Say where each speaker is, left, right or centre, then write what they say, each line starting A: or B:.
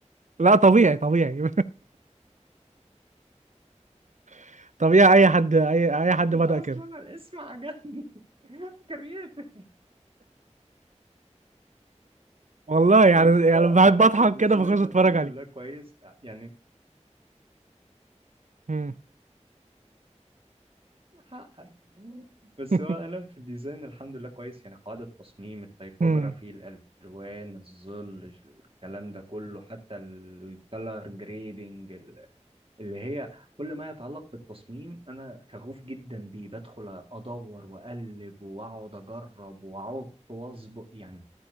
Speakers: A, on the right; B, on the right.
A: لا طبيعي طبيعي <laughs> طبيعي اي حد اي اي حد
B: لا
A: بدأ كده
B: اصلا أنا الاسم عجبني <laughs> كرييتيف
A: والله يعني
B: بس هو
A: يعني بحب
B: انا
A: اضحك
B: في الديزاين
A: كده بخش اتفرج
B: الحمد
A: عليه
B: لله كويس يعني
A: مم.
B: حقك بس
A: <laughs>
B: هو انا في الديزاين الحمد لله كويس يعني قاعدة تصميم التيبوجرافي
A: مم.
B: الالوان الظل الكلام ده كله حتى الكلر جريدنج اللي هي كل ما يتعلق بالتصميم انا شغوف جدا بيه بدخل ادور واقلب واقعد اجرب واعوق واظبط يعني